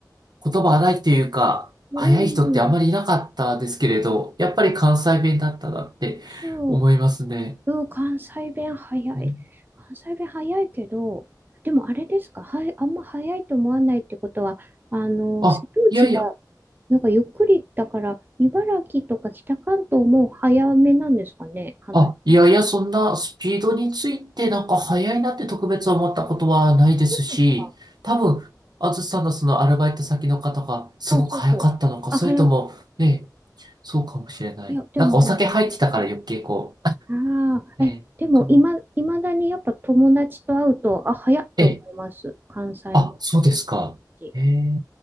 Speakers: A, on the right; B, on the right.
A: 言葉荒いっていうか、
B: うん、
A: 早い人ってあんまりいなかったですけれど、
B: うん。
A: やっぱり関西弁だったなって思いますね。
B: あ、そう。うん、関西弁早い。
A: うん
B: 関西弁早いけど、でもあれですか、はい、あんま早いと思わないってことは、あの、
A: あ、
B: 瀬戸内が、
A: いやいや、
B: なんかゆっくりだから、茨城とか北関東も早めなんですかね、話。
A: あ、いやいや、そんなスピードについてなんか速いなって特別思ったことはないですし、
B: そうですか。
A: 多分、あずさんのそのアルバイト先の方がすごく早かったのか、
B: あ、そうそう。あ、
A: それとも、
B: 早く、
A: ね、そうかもしれない。
B: いや、でも、
A: なんかお酒入ってたから余計こ
B: ああ、
A: う、<laughs> ね、
B: え、でも、
A: かな。
B: いま、いまだにやっぱ友達と会うと、あ、早っって思います。
A: ええ、
B: 関西弁の
A: あ、そうですか。
B: し
A: ええ、